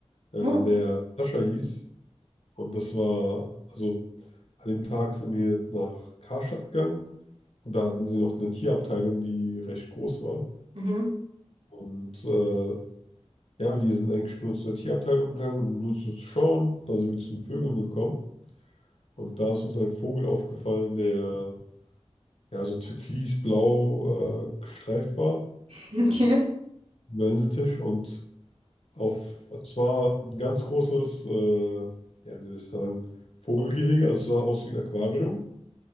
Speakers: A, on the left; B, on the right.
A: äh,
B: Oh,
A: der Sascha hieß. Und das war, also an dem Tag sind wir nach Karstadt gegangen und da hatten sie noch eine Tierabteilung, die recht groß war.
B: mhm,
A: Und äh, ja, wir sind eigentlich nur zu der Tierabteilung gegangen, um nur zu schauen. Da sind wir zu den Vögeln gekommen und da ist uns ein Vogel aufgefallen, der ja so türkisblau äh, gestreift war.
B: <laughs> okay.
A: Wellensittisch und auf, es war ein ganz großes, äh, ja, wie soll ich sagen, Vogelgehege. Also es sah aus wie ein Aquarium,